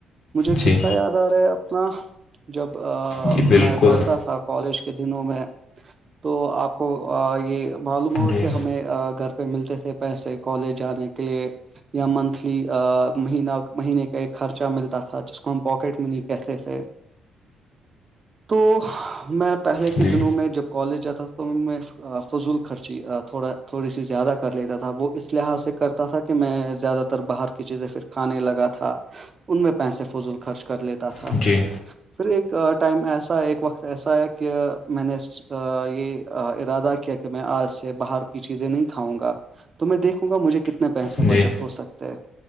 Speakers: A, on the right (about 40°); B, on the left (about 65°).
A: مجھے
B: جی
A: قصہ یاد آ رہا ہے اپنا جب
B: جی بالکل
A: میں پڑھتا تھا کالج کے دنوں میں تو آپ کو یہ معلوم ہوگا
B: جی
A: کہ ہمیں گھر پہ ملتے تھے پیسے کالج جانے کے لیے یا منتھلی مہینہ مہینے کا ایک خرچہ ملتا تھا جس کو ہم پواکیٹ منی کہتے تھے تو میں پہلے
B: جی
A: کے دنوں میں جب کالج جاتا تھا تو میں فضول خرچی تھوڑا تھوڑی سی زیادہ کر لیتا تھا وہ اس لحاظ سے کرتا تھا کہ میں زیادہ تر باہر کی چیزیں کھانے لگا تھا ان میں پیسے فضول خرچ کر لیتا تھا
B: جی
A: پھر ایک ٹائم ایسا ہے ایک وقت ایسا ہے کہ میں نے اس یہ ارادہ کیا کہ میں آج سے باہر کی چیزیں نہیں کھاؤں گا تو میں دیکھوں گا مجھے کتنے پیسے
B: جی
A: بچت
B: جی
A: ہو سکتے ہیں